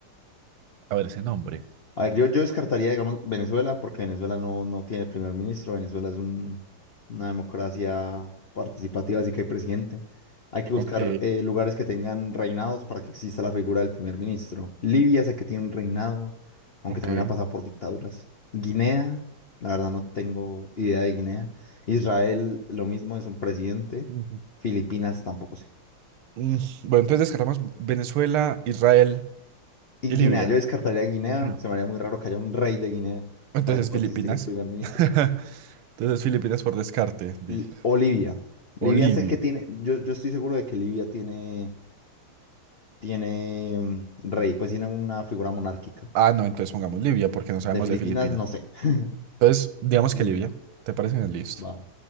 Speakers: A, on the right; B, on the left.
A: A ver ese nombre.
B: A ver, yo, yo descartaría, digamos, Venezuela, porque Venezuela no, no tiene primer ministro. Venezuela es un- una democracia participativa, así que hay presidente. Hay que buscar
A: Ok,
B: eh, lugares que tengan reinados para que exista la figura del primer ministro. Libia sé que tiene un reinado, aunque
A: ok.
B: también ha pasado por dictaduras. Guinea, la verdad no tengo idea de Guinea. Israel, lo mismo, es un presidente.
A: Ujú.
B: Filipinas, tampoco sé.
A: Mm, Bueno, entonces descartamos Venezuela, Israel
B: Y
A: y
B: Guinea,
A: Libia.
B: yo descartaría Guinea.
A: No.
B: Se me haría muy raro que haya un rey de Guinea
A: Entonces
B: para que pueda
A: Filipinas.
B: existir un primer ministro.
A: <laughs> Entonces Filipinas por descarte, dije.
B: L- O Livia. Livia
A: O Libia.
B: sé que tiene, yo, yo estoy seguro de que Libia tiene, tiene mm, rey, pues tiene una figura monárquica.
A: Ah, no, entonces pongamos Libia porque no sabemos
B: De Filipinas,
A: de Filipinas.
B: no sé. <laughs>
A: Entonces, digamos
B: Libia,
A: que Libia. ¿Te parece bien? Listo.
B: va.